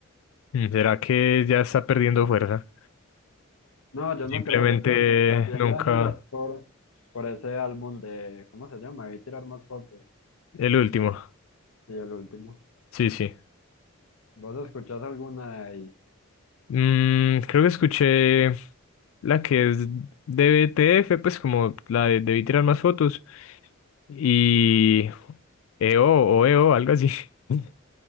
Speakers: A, on the left; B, on the left.
A: Mm, ¿Será que ya está perdiendo fuerza?
B: No, yo
A: Simplemente
B: no creo, yo creo que también
A: nunca
B: la giras por, por ese álbum de, ¿cómo se llama? Vi tirar más fotos.
A: el último.
B: Sí, el último.
A: Sí, sí.
B: ¿Vos escuchás alguna y
A: Mm, creo que escuché la que es de BTF, pues como la de Debí tirar más fotos. Y EO o EO, algo así. <laughs>